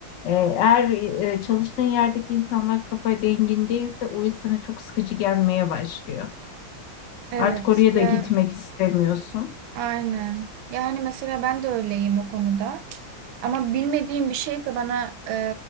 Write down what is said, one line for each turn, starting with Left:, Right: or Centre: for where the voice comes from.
Left: Ee, Eğer e, çalıştığın yerdeki insanlar kafa dengin değilse o iş sana çok sıkıcı gelmeye başlıyor.
Right: Evet
Left: Artık oraya
Right: ya
Left: da gitmek istemiyorsun.
Right: aynen. Yani mesela ben de öyleyim o konuda. Ama bilmediğim bir şeyse bana e,